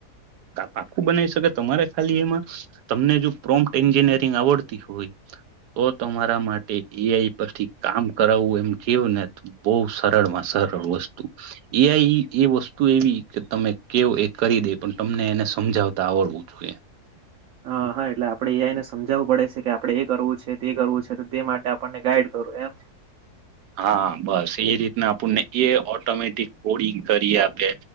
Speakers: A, on the right (about 85°); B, on the right (about 65°).
A: પાખું બનાવી શકે તમારે ખાલી એમાં તમને જો પ્રોમ્પ્ટ એન્જિનિયરિંગ આવડતી હોય, તો તમારા માટે એ આઈ પરથી કામ કરાવવું એમ કેવું ને બહ સરળ માં સરળ વસ્તુ, એ આઈ એ વસ્તુ એવી કે તમે કેવ એક કરી દે પણ તમને એને સમજાવતા આવડવું જોઈએ.
B: હા હા એટલે આપડે એ આઈ સમજાવવું પડે છે કે આપડે એ કરવું છે તે કરવું છે તો તે માટે આપણને ગાઈડ કરવું એમ?
A: હા બસ એ રીતના આપણને એ ઓટોમેટિક કોડિંગ કરી આપે,